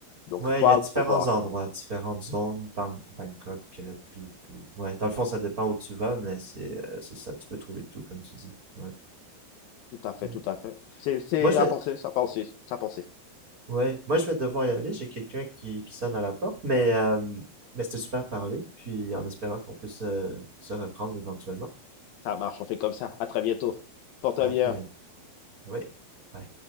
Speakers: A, on the left; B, on the right.
A: Donc
B: Ouais,
A: faut
B: il y a différents
A: faut voir.
B: endroits, différentes zones, Bang- Bangkok, euh, plus, plus. Ouais, dans le fond, ça dépend où tu vas, mais c'est euh, c'est ça, tu peux trouver tout, comme tu dis. Ouais,
A: Tout à fait,
B: ouais.
A: tout à fait. C'est c'est
B: Moi, je
A: à
B: vais,
A: penser, ça penser, ça penser.
B: ouais, moi, je vais devoir y aller, j'ai quelqu'un qui, qui sonne à la porte, mais, euh, mais c'était super à parler, puis en espérant qu'on puisse euh, se reprendre éventuellement.
A: Ça marche, on fait comme ça. À très bientôt. Porte-toi
B: À
A: bien.
B: très bientôt. Oui. bye.